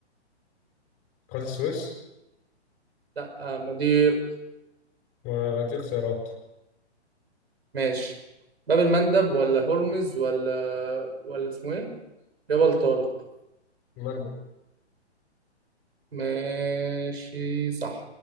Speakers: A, on the left (about 25°); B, on the right (about 60°).
A: قناة السويس
B: لا آه، مضيق
A: ودي اختيارات
B: ماشي باب المندب ولا هرمز ولا ولا اسمه ايه جبل طارق
A: مندب
B: ماشي صح